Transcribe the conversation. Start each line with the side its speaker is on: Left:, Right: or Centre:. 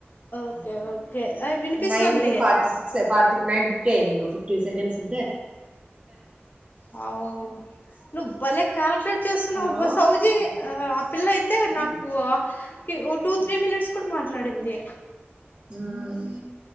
Left: ఓకే ఓకే వినిపిస్తుంది
Right: నైన్ forty six Phati nine fifty అయింది ఇం ఫిఫ్టీ సెకండ్స్ ఉంట
Left: అ నువ బలే కల్క్యులేట్ చేస్త
Right: హలో
Left: నవ బస్ అౌజి ఆ పిల్ల యి అయితే నాకు ఓ టూ త్రీ మినిట్స్ కూడా మాట్లాడింది
Right: ఉమ్